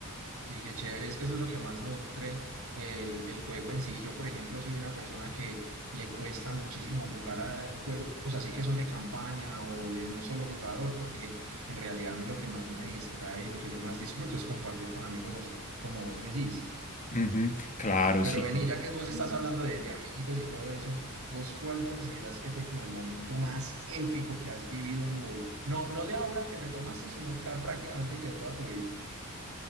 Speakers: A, on the right (about 70°); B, on the left (about 35°).
A: Sí, qué chévere, es que eso es lo que más nutre el, el juego en sí. Yo, por ejemplo, soy una persona que le cuesta muchísimo jugar a juegos así que son de campaña o de un solo jugador, porque en realidad a mí lo que más me distrae y lo que yo más disfruto es compartir con amigos así como vos decís.
B: Ujú, Claro,
A: Pero
B: sí.
A: vení, ya que vos estás Ujú. hablando de, de amigos y todo eso, ¿vos cuál consideras que fue como el momento más épico que has vivido en WoW? No, no de ahora que retomaste, sino ca- prácticamente que de toda tu vida.